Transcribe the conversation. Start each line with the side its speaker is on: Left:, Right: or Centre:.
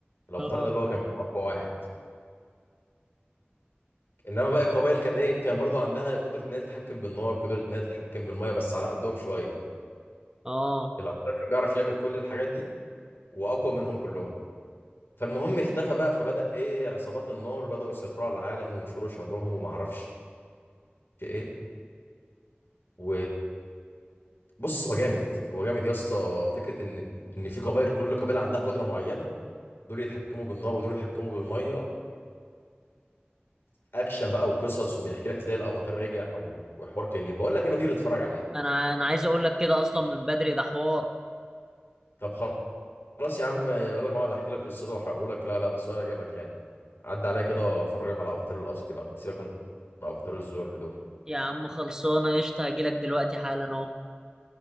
Left: الافاتار
Right: اه
Left: ده اللي هو كان بيبقى اقوى واحد انما بقى القبائل كان ايه كان برضو عندها قدره ان هي تتحكم بالنار قدره ان هي تتحكم بالميه بس على قدهم شويه
Right: اه
Left: الابطال كان بيعرف يعمل كل الحاجات دي واقوى منهم كلهم فالمهم اختفى بقى فبدا ايه عصابات النار بداوا يسيطروا على العالم وينشروا شرهم وما اعرفش ايه و بص هو جامد هو جامد يا اسطى فكره ان ان في قبائل كل قبيله عندها قدره معينه دول يتحكموا بالنار ودول يتحكموا بالميه اكشن بقى وقصص وبيحكي لك ازاي الافاتار رجع و- وحوار كبير بقول لك ايه ما تيجي تتفرج عليه
Right: انا انا عايز اقول لك كده اصلا من بدري ده حوار
Left: طب خلاص يا عم بدل ما اقعد احكي لك قصته واحرقه لك لا لا بس هو هيعجبك يعني عدى عليا كده وافرجك على افاتار الاصلي بقى سيبك من افاتار الزرق دول
Right: يا عم خلصانة قشطة هجيلك دلوقتي حالا اهو